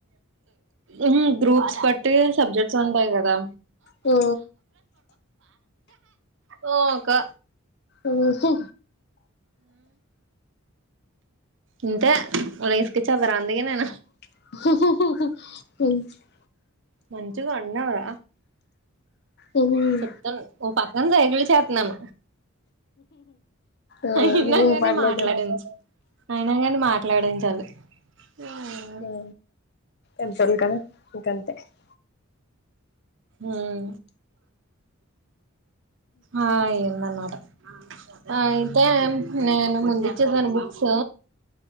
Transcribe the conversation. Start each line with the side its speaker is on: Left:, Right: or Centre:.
Right: ఉం గ్రూప్స్ బట్టి సబ్జెక్ట్స్ ఉంటాయి కదా
Left: ఓ
Right: ఓక
Left: ఓసి
Right: ఇంతే ఉ <unintelligible> ఇసుకిచ్చ రాందిగా నేనా
Left: <inaudible>
Right: మంచిగా ఉన్నావరా
Left: మ్మ్
Right: చెప్తాను ఓ పక్కన సైగల్ చేస్తున్నను
Left: ఆ
Right: విన్న
Left: వినపడలేదు
Right: కానీ మాట్లాడించ అయినా కాని మాట్లాడిచాలి ఉం
Left: ఆ ఎంతల్ గ ఇకంతే <unintelligible>
Right: ఉం ఆ ఏందనా మాట ఆ అయితే నేను ముందు ఇచ్చేసేను బుక్స్